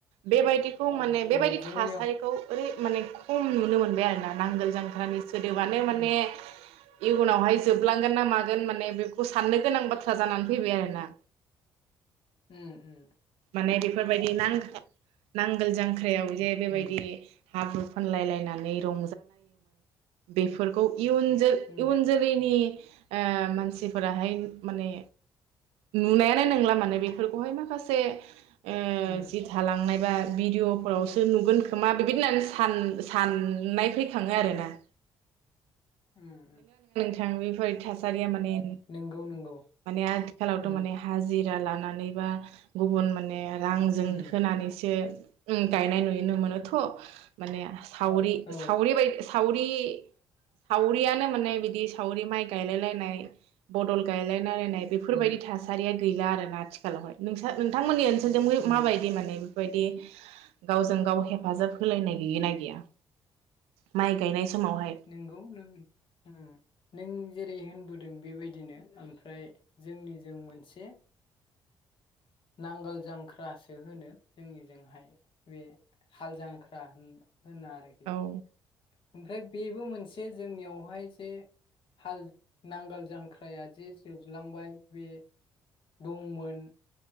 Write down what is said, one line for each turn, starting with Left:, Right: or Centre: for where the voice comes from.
Right: बेबायदि खौ माने बेबायदि
Left: औ जोंनियाव
Right: थासारिखौ ओरै माने खम नुनो मोनबाय आरोना नांगोल जांख्रानि गोदोबानो माने
Left: उम
Right: इयुनावहाय जोबलांगोन ना मागोन माने बेखौ साननो गोनां बाथ्रा जानानै फैबाय आरोना
Left: ओम ओम
Right: माने फोरबायदि नांखा नां गोल जांख्रायाव जे बेबायदि
Left: उम
Right: हाब्रु बेफोरखौ
Left: उम
Right: इयुन जोलै
Left: उम
Right: इयुन जोलैनि ओ मानसिफोराहाय माने नुनायानो नंला माने बेफोरखौहाय माखासे ओ
Left: उम
Right: जि थालांनाय बा भिडिअ औसो नुगोन खोमा बिबायदि होननानै सान सन साननाय फैखाङो आरो ना
Left: उम उम
Right: नोंथां बेफोरबादि थासारिया माने
Left: नंगौ नंगौ
Right: आथिखालावथ'
Left: उम
Right: माने हाजिरा ला लानानै बा गुबुन माने रांजों
Left: उम
Right: होनानैसो उम गायनाय नुनो मोनोथ' माने सावरि
Left: औ
Right: सावरि बायदि सावरि सावरियानो माने बिदि सावरि माइ गायलाय लायनाय बदल गायलाय लायनाय बेफोरबायदि
Left: उम
Right: थासारिया गैला आरो ना आथिखालावहाय नोंसा नोंथांमोननि ओन सोलाव
Left: उम
Right: माबायदि माने बेफोरबायदि गावजों गाव हेफाजाब होलायनाय गैगोना गैया माइ गायनाय समावहाय
Left: नोंगौ लोगो ओं नों जेरै होनबोदों बेबायदिनो ओमफ्राय जोंनिजों मोनसे नांगोल जांख्रासो होनो जोंनिजोंहाय बे हाल जांख्रा होन होना आरोखि
Right: औ
Left: ओमफ्राय बेबो मोनसे जोंनियावहाय जे हाल नांगोल जांख्राया जदि जोबलांबाय बे दंमोन